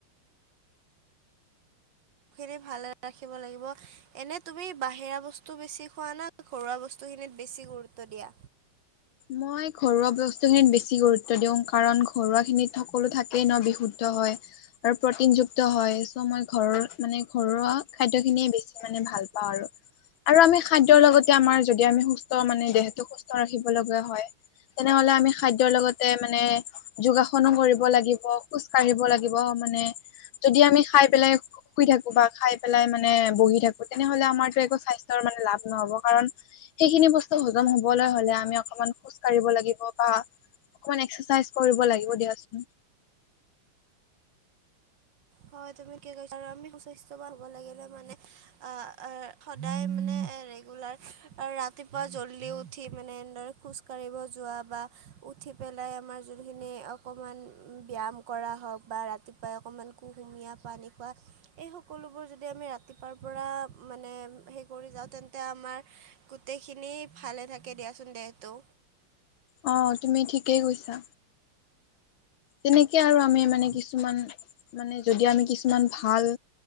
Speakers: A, on the right; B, on the left.
A: খিনি ভালে ৰাখিব লাগিব এনে তুমি বাহিৰা বস্তু বেছি খোৱা না ঘৰুৱা বস্তুখিনিত বেছি গুৰুত্ব দিয়া
B: মই ঘৰুৱা বস্তুখিনিত বেছি গুৰুত্ব কাৰণ ঘৰুৱা খিনিত সকলো থাক ট্ৰেইনৰ বিশুদ্ধ হয় আৰু প্ৰটিনযুক্ত হয় চ' মই ঘৰৰ মানে ঘৰুৱা খাদ্য খিনিয়ে বেছি মানে ভাল পাওঁ আৰু আৰু আমি খাদ্যৰ লগতে আমাৰ যদি আমি সুস্থ মানে দেহটো সুস্থ ৰাখিব লগা হয় তেনেহলে আমি খাদ্যৰ লগতে মানে যোগাসনো কৰিব লাগিব খোজ কাঢ়িব লাগিব মানে যদি আমি খাই পেলাই শুই থাকো বা খাই পেলাই মানে বহি থাকো তেনেহলে আমাৰতো একো স্বাস্থ্যৰ মানে লাভ নহব কাৰণ সেইখিনি বস্তু হজম হবলৈ হ'লে আমি অকনমান কাঢ়িব লাগিব বা অকমান এক্সাইজ কৰিব লাগিব দিয়চোন
A: হয় তুমি ঠিকেই কৈছা আৰু আমি সুস্বাস্থ্যৱান হ'ব লাগিলে মানে আহ সদায় মানে ৰেগুলাৰ আৰু ৰাতিপুৱা জল্দি উঠি মানে এনেদৰে খোজ কাঢ়িব যোৱা বা উঠি পেলাই আমাৰ যোনখিনি অকণমান ব্যায়াম কৰা হওক বা ৰাতিপুৱাই অকণমান কুহুমীয়া পানী খোৱা এই সকলোবোৰ যদি আমি ৰাতিপুৱাৰ পৰা মানে সেই কৰি যাওঁ তেন্তে আমাৰ গোটেই খিনি ভালে থাকে দিয়াচোন দেহটো
B: অ তুমি ঠিকেই কৈছা তেনেকে আৰু আমি
A: হয়
B: মানে কিছুমান মানে যদি আমি কিছুমান ভাল